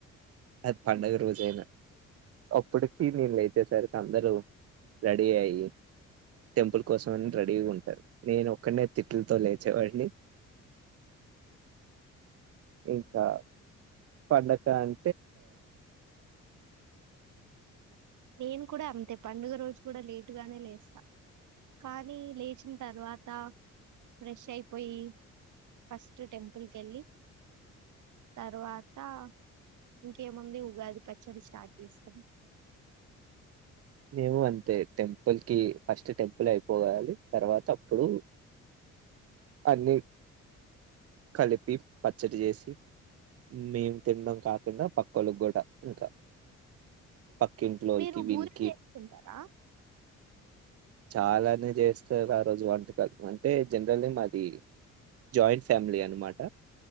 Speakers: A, on the right (about 50°); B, on the right (about 75°).
A: అది పండుగ
B: ఉమ్.
A: రోజు అయిన అప్పటికి నేను లేచే సరికి అందరూ రెడీ అయ్యి టెంపుల్ కోసం అని రెడీ ఉంటారు నేను ఒక్కడినే తిట్లతో లేచేవాడిని ఇంకా పండక <inaudible>
B: నేను కూడా అంతే పండుగ రోజు కూడా లేటుగానే లేస్తా, కానీ లేచిన తర్వాత ఫ్రెష్ అయిపోయి ఫస్ట్ టెంపుల్ కి వెళ్ళి తర్వాత్ ఇంకేముంది ఉగాది పచ్చడి స్టార్ట్ చేస్తాం
A: మేము అంతే టెంపుల్ కి ఫస్ట్ టెంపుల్ అయిపోవాలి తర్వాత అప్పుడు అన్ని కలిపి పచ్చడి చేసి మేము తినడం కాకుండా పక్కల్ల కి కూడా ఇంకా కం
B: మీరు
A: క బిల్
B: బూరి
A: <unintelligible>
B: చేసుకుంటారా
A: చాలానే చేస్తారు ఆ రోజు వంటకాలు అంటే జనరల్ గా మాది జాయింట్ ఫ్యామిలీ అనమాట